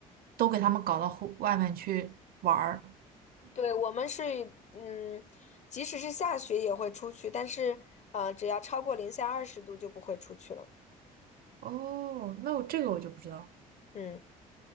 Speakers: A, on the right; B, on the left.
A: 都给他们搞到户外面去玩儿。
B: 对，我们是，嗯，即使是下雪也会出去，但是呃，只要超过零下二十度就不会出去了。
A: 哦，那我这个我就不知道。
B: 嗯。